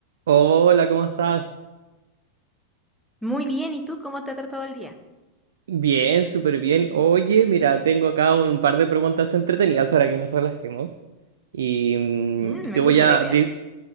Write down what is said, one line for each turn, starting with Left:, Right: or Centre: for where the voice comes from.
Right: Hola, ¿cómo estás?
Centre: Muy bien, ¿y tú cómo te ha tratado el día?
Right: Bien, súper bien. Oye, mira, tengo acá un par de preguntas entretenidas para que nos relajemos. Y mm,
Centre: Mm, me
Right: te voy
Centre: gusta
Right: a...
Centre: la idea.
Right: di-